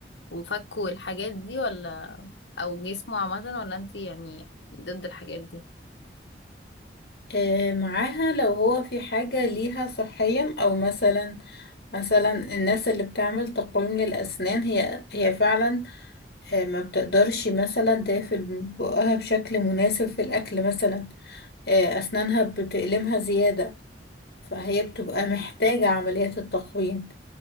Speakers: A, on the left; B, on the left.
A: وفكه والحاجات دي ولا أو جسمه عامة ولا انتي يعني ضد الحاجات دي؟
B: إيه معاها لو هو في حاجة ليها صحيا او مثلا مثلا الناس اللي بتعمل تقويم للأسنان هي هي فعلا آه، ما بتقدرش مثلا تقفل بقها بشكل مناسب في الأكل مثلا آه، أسنانها بتألمها زيادة فهي بتبقى محتاجة عملية التقويم